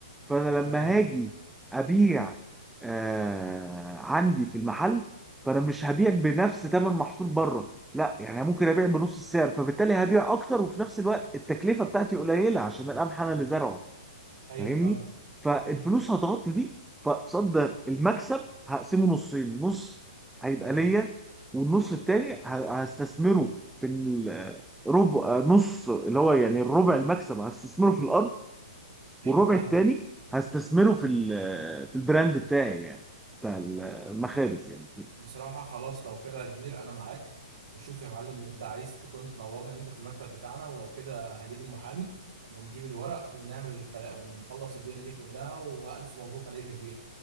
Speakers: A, in the centre; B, on the right.
A: فانا
B: تمام
A: لما هاجي ابيع آه عندي في المحل فانا مش هبيع بنفس ثمن محصول بره لا يعني ممكن ابيع بنص السعر فبالتالي هبيع اكتر وفي نفس الوقت التكلفه بتاعتي قليله عشان القمح انا اللي زرعه
B: ايوه
A: فاهمني
B: فاهمك
A: فالفلوس
B: مم.
A: هتغطي دي فقصاد ده المكسب هقسمه نصين نص هيبقى
B: تمام
A: ليا والنص التاني ه- هستثمره في ال- ربع نص اللي هو يعني الربع المكسب هستثمره في الارض والربع
B: ايوه فاهمك
A: التاني هستثمره في ال- في البراند بتاعي يعني بتاع المخابز يعني كده.
B: بصراحة خلاص لو كده يا كبير أنا معاك وشوف يا معلم أنت عايز تكون تنورنا إمتى في المكتب بتاعنا ولو كده هجيب المحامي ونجيب الورق ونعمل الكلام ونخلص الدنيا دي كلها وألف مبروك عليك يا كبير